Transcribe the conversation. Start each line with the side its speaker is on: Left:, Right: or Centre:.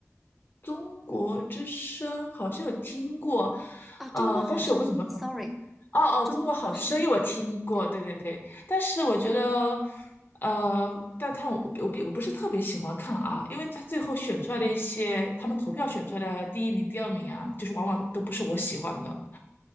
Left: 中国之声好像有听过，
Centre: 啊，《中国好声音》，sorry，
Left: 呃，但是我不怎么搞。哦哦，
Centre: 《中国好声音》
Left: 《中国好声音》我听过，
Centre: 对，
Left: 对对对，但是我觉得，呃，但他我我并我不是特别喜欢看啊，因为他最后选出来的一些，他们投票选出来的第一名、第二名啊，就是往往都不是我喜欢的，